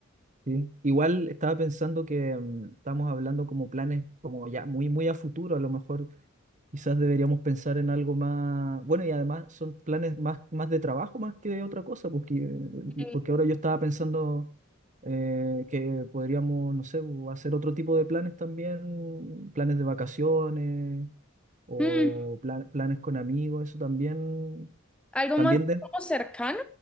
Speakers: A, on the right (about 35°); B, in the centre.
A: Sí. Igual estaba pensando que mm, estamos hablando como planes como ya muy muy a futuro, a lo mejor quizás deberíamos pensar en algo más, bueno, y además son planes más, más de trabajo más que de otra cosa, porque, eh,
B: Y,
A: porque ahora yo estaba pensando eh, que podríamos, no sé, bu- hacer otro tipo de planes también, planes de vacaciones o
B: mm,
A: plan- planes con amigos, eso también,
B: algo
A: también
B: más como cercano,